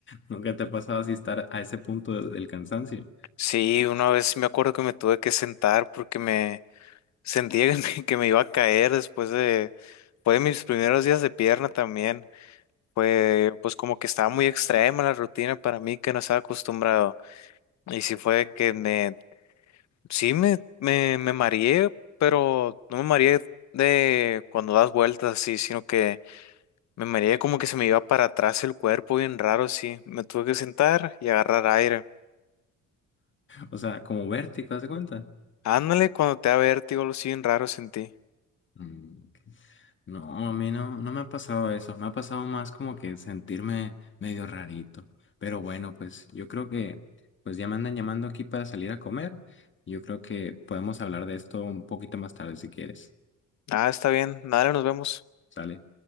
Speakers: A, on the left (about 40°); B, on the left (about 65°).
A: Nunca te ha pasado así estar a ese punto de- del cansancio.
B: sí, una vez me acuerdo que me tuve que sentar porque me sentía <laughs> que me, que me iba a caer después de, fue de mis primeros días de pierna también. Fue, pues como que estaba muy extrema la rutina para mí que no estaba acostumbrado. Y sí fue que me Sí, me, me, me mareé, pero no me mareé de cuando das vueltas así, sino que me mareé como que se me iba para atrás el cuerpo bien raro así. Me tuve que sentar y agarrar aire.
A: O sea, como vértigo, ¿haz de cuenta?
B: Ándale, cuando te da vértigo, algo así bien raro sentí.
A: Mm, ok. No, a mí no, no me ha pasado eso. Me ha pasado más como que sentirme medio rarito. Pero bueno, pues yo creo que pues ya me andan llamando aquí para salir a comer. Yo creo que podemos hablar de esto un poquito más tarde si quieres.
B: Ah, está bien. Dale, nos vemos.
A: ¿Sale?